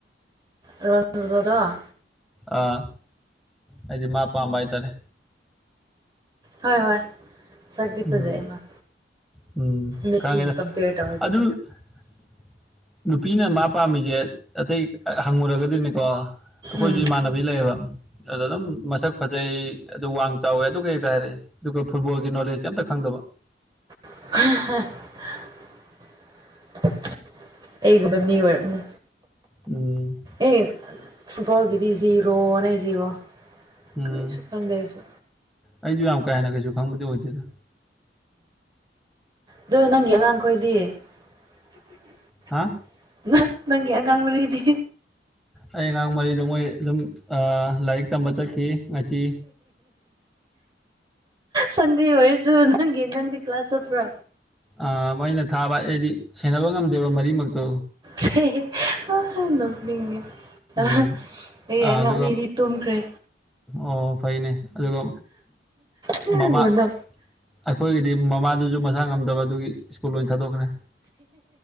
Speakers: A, on the right; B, in the centre.
A: ꯔꯣꯟꯖꯗ‌ꯣ
B: ꯑꯥ ꯑꯩꯗꯤ ꯃꯥ ꯄꯥꯝꯕ ꯍꯥꯏꯇꯥꯔꯦ
A: ꯍꯣꯏ ꯍꯣꯏ ꯁꯛꯗꯤ
B: ꯎꯝ
A: ꯐꯖꯩ ꯑꯃ
B: ꯎꯝ
A: ꯃꯤꯁꯤꯕꯨ
B: ꯈꯪꯉꯦꯗ
A: ꯀꯝꯄꯦꯌꯔ ꯇꯧꯔꯗꯤ
B: <inaudible> ꯅꯨꯄꯤꯅ ꯃꯥ ꯄꯥꯝꯃꯤꯖ‌ꯦ ꯑꯇꯩ ꯍꯪꯉꯨꯔꯒꯗꯤꯅꯤꯀꯣ ꯑꯩꯈꯣꯏꯖꯨ
A: ꯎꯝ
B: ꯏꯃꯥꯟꯅꯕ ꯕꯤꯂꯩꯑ‌ꯦꯕ ꯑꯗ ꯑꯗꯨꯝ ꯃꯁꯛ ꯐꯖꯩ ꯑꯗꯨ ꯋꯥꯡ ꯆꯥꯎꯋꯦ ꯑꯗꯨ ꯍꯦꯛꯇ ꯍꯥꯏꯔꯛꯑꯦ ꯑꯗꯨꯒ ꯐꯨꯠꯕꯣꯜꯒꯤ ꯅꯣꯂꯦꯖ ꯀꯩꯝꯇ ꯈꯪꯗꯕ
A: <unintelligible> ꯑꯩꯒꯨꯝꯕ ꯃꯤ ꯑꯣꯏꯔꯝꯅꯤ
B: ꯎꯝ
A: ꯑꯦ ꯐꯨꯠꯕ‌ꯣꯜꯒꯤꯗꯤ ꯖꯤꯔꯣ ꯅ‌ꯦ ꯖꯤꯔꯣ
B: ꯎꯝ
A: ꯀꯔꯤꯁꯨ ꯈꯪꯗꯦ ꯑꯩꯁꯨ
B: ꯑꯩꯖꯨ ꯌꯥꯝ ꯀꯥ ꯍꯦꯟꯅ ꯀꯩꯁꯨ ꯈꯪꯕꯗꯤ ꯑꯣꯏꯗ‌ꯦꯗ
A: ꯑꯗꯨ ꯅꯪꯒꯤ ꯑꯉꯥꯡꯈꯣꯏꯗꯤ <inaudible>
B: ꯍꯥꯥ
A: ꯅ ꯅꯪꯒꯤ ꯑꯉꯥꯡ ꯃꯔꯤꯗꯤ
B: ꯑꯩ ꯑꯉꯥꯡ ꯃꯔꯤꯗꯨ ꯃꯣꯏ ꯑꯗꯨꯝ ꯑ ꯂꯥꯏꯔꯤꯛ ꯇꯝꯕ ꯆꯠꯈꯤ ꯉꯁꯤ
A: ꯁꯟꯗꯦ ꯑꯣꯏꯔꯁꯨ ꯅꯪꯒꯤ ꯅꯪꯗꯤ ꯀ꯭ꯂꯥꯁ ꯆꯠꯄ꯭ꯔꯥ
B: ꯑꯥ ꯃꯩꯅ ꯊꯥꯕ ꯑꯩꯗꯤ ꯁꯦꯟꯅꯕ ꯉꯝꯗꯦꯕ ꯃꯔꯤꯃꯛꯇꯣ
A: <unintelligible> ꯅ‌ꯣꯛꯅꯤꯡ ꯉ‌ꯦ
B: ꯎꯝ
A: ꯑꯍꯥ ꯑꯩ
B: ꯑꯥ,
A: ꯑꯉꯥꯡ
B: ꯑꯗꯨꯒ
A: ꯑꯅꯤꯗꯤ ꯇꯨꯝꯈ꯭ꯔꯦ
B: ꯑꯣ ꯐꯩꯅꯦ ꯑꯗꯨꯒ
A: ꯅꯪꯉꯣꯟꯗ
B: ꯃꯃꯥ ꯑꯩꯈꯣꯏꯒꯤꯗꯤ ꯃꯃꯥꯗꯨꯁꯨ ꯃꯁꯥ ꯉꯝꯗꯕ ꯑꯗꯨꯒꯤ ꯁ꯭ꯀꯨꯜ ꯑꯣꯏꯅ ꯊꯥꯗꯣꯛꯈ꯭ꯔꯦ